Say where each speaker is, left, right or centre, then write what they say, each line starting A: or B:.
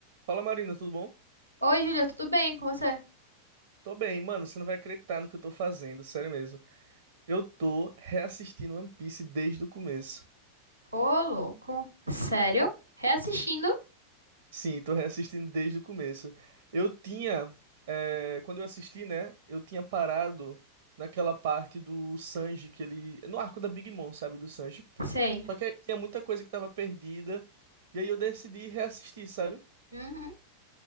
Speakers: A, on the right (about 55°); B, on the right (about 90°).
A: Fala Marina, tudo bom?
B: Oi, Júlia, tudo bem com você?
A: Tô bem, mano, você não vai acreditar no que eu tô fazendo, sério mesmo. Eu tô reassistindo One Piece desde o começo.
B: Ô, louco. Sério? Reassistindo?
A: Sim, tô reassistindo desde o começo. Eu tinha, é, quando eu assisti, né, eu tinha parado naquela parte do Sanji que ele, no arco da Big Mom, sabe, do Sanji.
B: Sei.
A: Só que aí tinha muita coisa que tava perdida, e aí eu decidi reassistir, sabe?
B: Uhum.